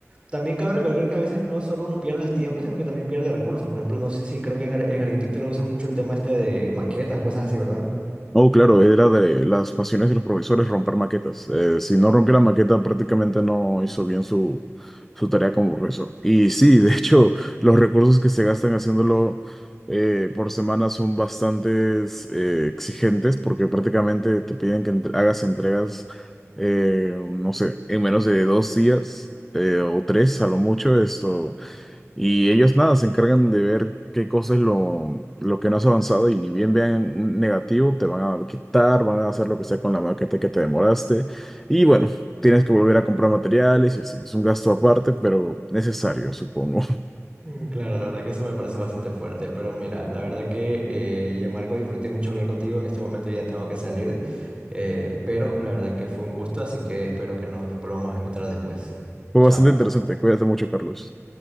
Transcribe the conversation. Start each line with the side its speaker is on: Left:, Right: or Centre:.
Right: también cabe recalcar que a veces no solo uno pierde el tiempo, sino que también pierde recursos. Por ejemplo, no sé si creo que en, ar- en arquitectura usan mucho el tema este de maquetas o cosas así, ¿verdad?
Centre: Oh, claro, era de las pasiones de los profesores romper maquetas. Eh, si no rompió la maqueta, prácticamente no hizo bien su, su tarea como profesor. Y sí, de hecho, <laughs> los recursos que se gastan haciéndolo eh, por semana son bastante exigentes porque prácticamente te piden que entre- hagas entregas, eh, no sé, en menos de dos días eh, o tres a lo mucho. Esto. Y ellos nada, se encargan de ver qué cosa es lo, lo que no has avanzado y ni bien vean un negativo, te van a quitar, van a hacer lo que sea con la maqueta que te demoraste. Y bueno, tienes que volver a comprar materiales y así. Es un gasto aparte, pero necesario, supongo. <laughs>
Right: Mm, Claro, la verdad que eso me parece bastante fuerte, pero mira, la verdad que eh, Gianmarco disfruté mucho hablar contigo, en este momento ya tengo que salir, eh, pero la verdad que fue un gusto, así que espero que nos volvamos a encontrar después.
Centre: Fue
Right: Chao.
Centre: bastante interesante. Cuídate mucho, Carlos.